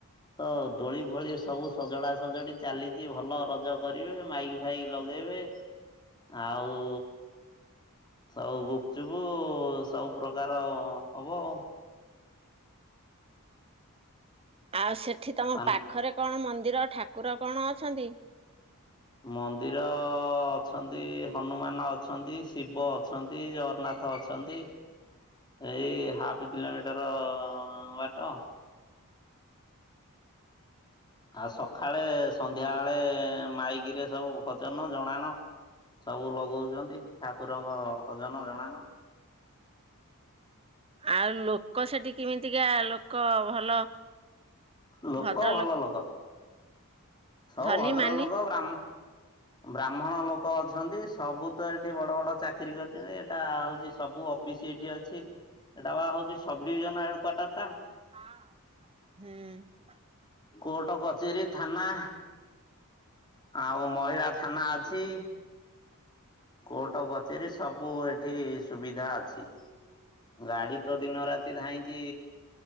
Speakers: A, on the left; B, on the right.
A: ତ ଦୋଳି ଫୋଳି ସବୁ ସଜଡା ସଜଡି ଚାଲିଚି ଭଲ ରଜ କରିବେ। ମାଇକି ଫାଇକି ଲଗେଇବେ ଆଉ ଆଉ ଗୁପଚୁପ ସବୁ ପ୍ରକାର ହବ।
B: ଆଉ ସେଠି ତମ
A: ପାନ
B: ପାଖରେ କଣ ମନ୍ଦିର ଠାକୁର କଣ ଅଛନ୍ତି।
A: ମନ୍ଦିର ଅଛନ୍ତି ହନୁମାନ ଅଛନ୍ତି ଶିବ ଅଛନ୍ତି ଜଗନ୍ନା ଥ ଅଛନ୍ତି ଏଇ ହାଫ୍ କିଲୋମିଟର ବାଟ। ଆଉ ସଖାଳେ ସନ୍ଧ୍ୟାବେଳେ ମାଇକିରେ ସବୁ ଭଜନ ଜଣାଣ ସବୁ ଲଗଉଚନ୍ତି ଠାକୁରଙ୍କ ଭଜନ ଜଣାଣ।
B: ଆଉ ଲୋକ ସେଠି କିମିତିକା ଲୋକ ଭଲ।
A: ଲୋକ
B: ଭଦ୍ରଲୋକ
A: ଭଲ ଲୋକ। ସବୁ
B: ଧନୀ
A: ଭଦ୍ର
B: ମାନି
A: ଲୋକ ବ୍ରାହ୍ମ ବ୍ରାହ୍ମଣ ଲୋକ ଅଛନ୍ତି ସବୁ ତ ଏଠି ବଡ ବଡ ଚାକିରୀ କରିଛନ୍ତି। ଏଟା ହଉଚି ସବୁ ଅଫିସ ଏଠି ଅଛି ଏଟା ପା ହଉଚି ସବଡିଭିଜନ ହେଡ କ୍ୱାଟର ଟା।
B: ହଁ ହୁଁ।
A: କୋର୍ଟ କଚେରୀ ଥାନା। ଆଉ ମହିଳା ଥାନା ଅଛି। କୋର୍ଟ କଚେରୀ ସବୁ ଏଠି ସୁବିଧା ଅଛି। ଗାଡି ତ ଦିନ ରାତି ଧାଇଁଚି